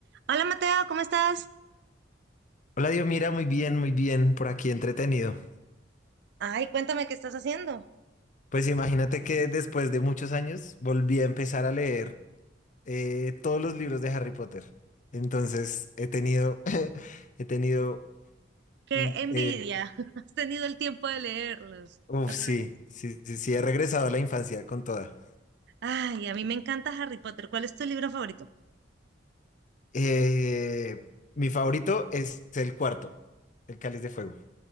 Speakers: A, on the right; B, on the left.
A: Hola Mateo, ¿cómo estás?
B: Hola, Dios, mira, muy bien, muy bien, por aquí entretenido.
A: Ay, cuéntame qué estás haciendo.
B: Pues imagínate que después de muchos años volví a empezar a leer eh, todos los libros de Harry Potter. Entonces he tenido, <laughs> he tenido,
A: Qué
B: mm,
A: envidia.
B: eh,
A: <laughs> Has tenido el tiempo de leerlos.
B: uf,
A: Otra
B: sí,
A: vez.
B: sí, sí, sí, he regresado a la infancia con toda.
A: Ay, a mí me encanta Harry Potter. ¿Cuál es tu libro favorito?
B: Eh, mi favorito es el cuarto, el Cáliz de Fuego.